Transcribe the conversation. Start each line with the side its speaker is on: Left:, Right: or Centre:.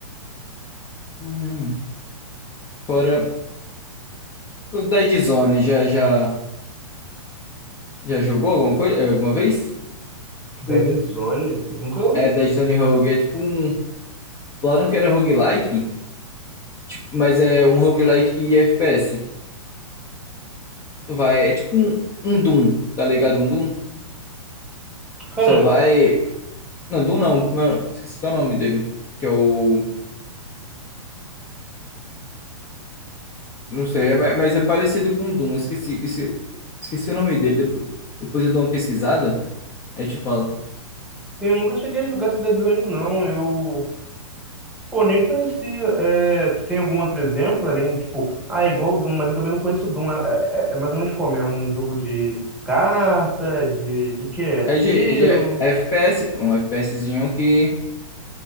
Left: Hum. Fora o Dead Zone, já já já jogou alguma coisa, alguma vez? Tipo,
Centre: Dead Zone, eu nunca.
Left: é Dead Zone Rogue, é tipo um Falaram que era roguelike, tipo, mas é um roguelike e FPS. Tu vai, é tipo um, um Doom, tá ligado? Um Doom.
Centre: Cara,
Left: Só vai. Não, Doom não, como é- esqueci até o nome dele. Que é o. Não sei, é- mas é parecido com o Doom. Esqueci, esqueci, esqueci o nome dele. Depois, depois eu dou uma pesquisada, aí eu te falo.
Centre: sim, eu nunca cheguei a jogar esse Dead Zone, não. Eu. Pô, nem conhecia. É, tu tem algum outro exemplo além, tipo, ah, é igual o Doom, mas eu também não conheço o Doom. É, é- é é mais ou menos como? É um jogo de carta, de, de quê? É
Left: É
Centre: tiro?
Left: de, é de FPS, um FPSzinho que,